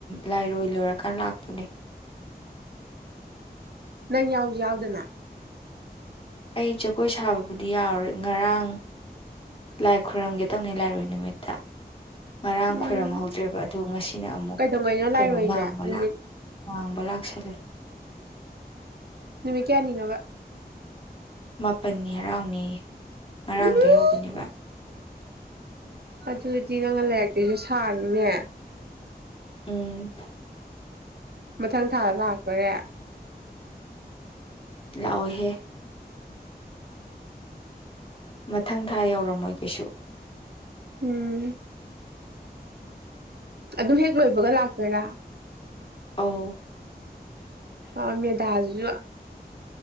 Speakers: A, on the left; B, on the right.
A: ꯂꯥꯏꯔꯣꯏ ꯂꯣꯏꯔꯀꯥꯟ ꯂꯥꯛꯇꯨꯅꯦ
B: ꯅꯪ ꯌꯥꯎꯁꯨ ꯌꯥꯎꯗꯅ
A: ꯑꯩ ꯖꯒꯣꯏ ꯁꯥꯕꯕꯨꯗꯤ ꯌꯥꯎꯔꯣꯏ ꯉꯔꯥꯡ ꯂꯥꯏ ꯈꯨꯣꯏꯔꯝꯒꯦ ꯇꯧꯅꯤ ꯂꯥꯏꯔꯣꯏ ꯅꯨꯃꯤꯠꯇ ꯉꯔꯥꯡ
B: ꯎꯝ
A: ꯈꯣꯏꯔꯝꯍꯧꯗ꯭ꯔꯦꯕ ꯑꯗꯨ ꯉꯁꯤꯅ ꯑꯃꯨꯛ
B: ꯀꯩꯗꯧꯉꯩꯅꯣ
A: ꯀꯩꯅꯣ
B: ꯂꯥꯛꯏꯔꯣꯏꯁꯦ
A: ꯃꯥꯡꯕ
B: ꯅꯨꯃꯤꯠ
A: ꯃꯥꯡꯕ ꯂꯥꯛꯁꯜꯂꯦ
B: ꯅꯨꯃꯤ ꯀ ꯌꯥꯌꯥꯅꯤꯡꯉꯕ
A: ꯃꯥꯄꯜꯅꯤ ꯍꯔꯥꯎꯅꯤ ꯉꯔꯥꯡꯗꯒꯤꯩ
B: ꯎꯝ
A: ꯍꯧꯕꯅꯦꯕ
B: ꯖꯖꯤꯅꯥꯒ ꯂ ꯂꯩ ꯀ ꯁꯤꯁꯨ ꯁꯥꯉꯤꯅꯦ
A: ꯎꯝ
B: ꯃꯊꯪ ꯊꯥꯔ ꯂꯥꯛꯇꯣꯔꯦ
A: ꯂꯑꯣꯍꯦ ꯃꯊꯪ ꯊꯥ ꯌꯧꯔꯝꯃꯣꯏ ꯀꯩꯁꯨ
B: ꯎꯝ ꯑꯗꯨꯝ ꯍꯦꯛ ꯂꯣꯏꯕꯒ ꯂꯥꯛꯀꯣꯏꯔꯥ
A: ꯑ
B: ꯑ ꯃꯗꯖ